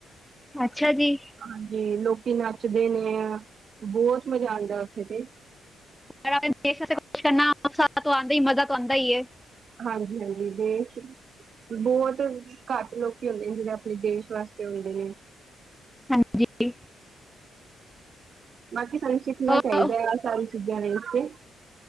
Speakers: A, in the centre; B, on the right.
A: ਅੱਛਾ ਜੀ।
B: ਹਾਂਜੀ ਲੋਕੀ ਨੱਚਦੇ ਨੇ ਬੋਅਤ ਮਜ਼ਾ ਆਂਦਾ ਉੱਥੇ 'ਤੇ।
A: ਆਪਣੇ ਦੇਸ਼ ਵਾਸਤੇ ਕੁਛ ਕਰਨਾ ਸਾ ਤੋ ਆਂਦਾ ਈ ਮਜ਼ਾ ਤੋਂ ਆਂਦਾ ਈ ਏ।
B: ਹਾਂਜੀ ਹਾਂਜੀ ਦੇਸ਼ ਬੋਅਤ ਘੱਟ ਲੋਕੀ ਹੁੰਦੇ ਨੇ ਜਿਹੜੇ ਆਪਣੇ ਦੇਸ਼ ਵਾਸਤੇ ਹੁੰਦੇ ਨੇ
A: ਹਾਂ ਜੀ
B: ਬਾਕੀ ਸਾਨੂੰ ਸਿੱਖਣਾ
A: ਹੋਰ
B: ਚਾਈਦਾ ਸਾਰੀ ਚੀਜ਼ਾਂ ਦੇ ਉਤੇ